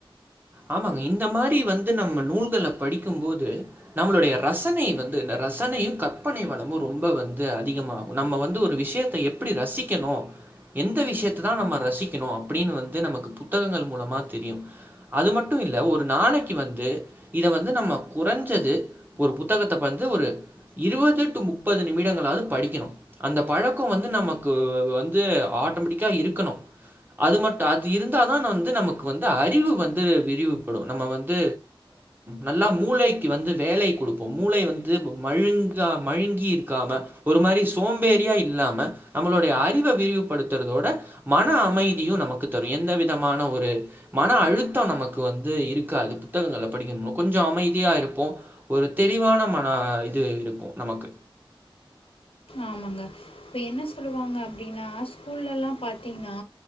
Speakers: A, on the right; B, on the left.
A: ஆமாங்க இந்த மாரி வந்து நம்ம நூல்கள படிக்கும்போது நம்மளுடைய ரசனை வந்து இந்த ரசனையு கற்பனை வளமு ரொம்ப வந்து அதிகமாகு நம்ம வந்து ஒரு விஷ்யத்த எப்பிடி ரசிக்கணு எந்த விஷ்யத்த தா நம்ம ரசிக்கணு அப்புடின்னு வந்து நமக்கு புத்தகங்கள் மூலமா தெரியு அது மட்டு இல்ல ஒரு நாளைக்கு வந்து இத வந்து நம்ம குறஞ்சது ஒரு புத்தகத்த வந்து ஒரு இருவது டு முப்பது நிமிடங்களாது படிக்கணு அந்த பழக்கொ வந்து நமக்கு வந்து ஆட்டோமெட்டிக்கா இருக்கணு அது மட்டு அது இருந்தா தா வந்து நமக்கு வந்து அறிவு வந் து விரிவுபடு நம்ம வந்து நல்லா மூளைக்கு வந்து வேலை குடுப்போம் மூளை வந்து மழுங்க மழுங்கி இருக்காம ஒரு மாரி சோம்பேறியா இல்லாம நம்மளுடைய அறிவ விரிவுபடுத்துறதோட மன அமைதியு நமக்கு தரு எந்த விதமான ஒரு மன அழு த்தொ நமக்கு வந்து இருக்காது புத்தகங்கள படிக்கனுமோ கொஞ்ச அமைதியா இருப்போ ஒரு தெளிவான மன இது இருக்கு நமக்கு
B: ஆமாங்க இப்ப என்ன சொல்லுவாங்க அப்டின்னா ஸ்கூல்லல்லா பாத்தீங்கனா